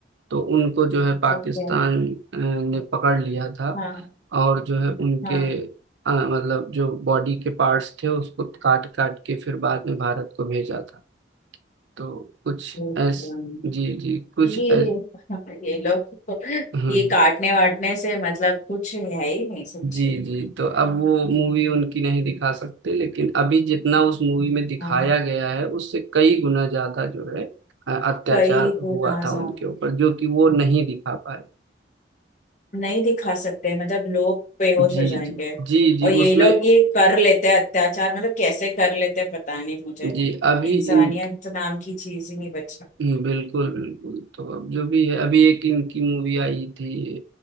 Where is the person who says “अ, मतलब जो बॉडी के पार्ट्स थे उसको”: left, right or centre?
Right